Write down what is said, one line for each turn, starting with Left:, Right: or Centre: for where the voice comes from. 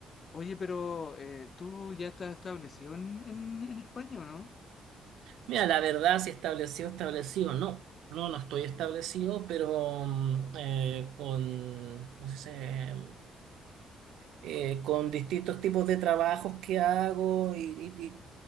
Left: oye, pero eh, ¿tú ya estás establecido en, en, en España o no?
Right: Mira, la verdad, si establecido, establecido, no. No, no estoy establecido, pero mm, eh, con, ¿cómo se dice? Eh, con distintos tipos de trabajos que hago y, y-